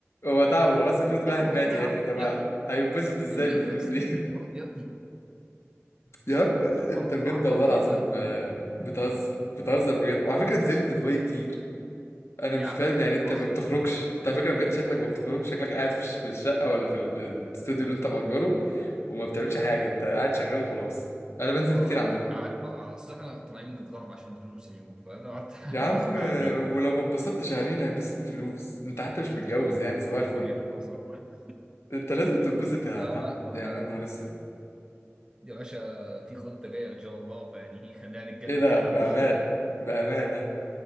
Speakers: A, on the left (about 70°); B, on the right (about 15°).
A: هو تعبه
B: طب
A: خلاص افرض
B: يعني كنت
A: الواحد
B: عرفتني
A: مات يا
B: يا عم
A: اخي طب
B: يا ابني
A: هيتبسط ازاي
B: اديني
A: بالفلوس
B: ثلاث سنين
A: دي <laughs>
B: في الامارات يا ابني
A: يا عم
B: طب
A: انت بجد
B: عرفني
A: والله العظيم
B: طيب
A: آه، بتهزر بتهزر بجد وعلى فكره نزلت دبي كتير انا
B: يا
A: مش
B: عم
A: فاهم
B: انت
A: يعني انت
B: بتهزر
A: ما بتخرجش
B: يا عم
A: انت على فكره بجد شكلك ما بتخرجش شكلك قاعد في الش- في الشقه ولا في ال- الاستوديو اللي انت
B: اه
A: مأجره وما بتعملش حاجه انت قاعد شغال وخلاص انا بنزل
B: ما
A: كتير عندكم
B: انت عارف بقى اصل احنا طالعين نتغرب عشان فلوس يا جو فانا قعدت
A: يا عم
B: <laughs> اخرج
A: آه،
B: عندي بقى
A: ولو ما اتبسطتش يا مين هيتبسط بالفلوس انت حتى مش متجوز
B: آه.
A: يعني صباح الفل
B: وجهة نظر
A: انت لازم تتبسط يا
B: لا
A: محمد
B: لا ما
A: يعني
B: احنا
A: يا نهار اسود
B: يا باشا في خطة جاية ان شاء الله فيعني خلينا نتكلم
A: ايه ده
B: فيها بعدين
A: بامان
B: <laughs>
A: بأمانة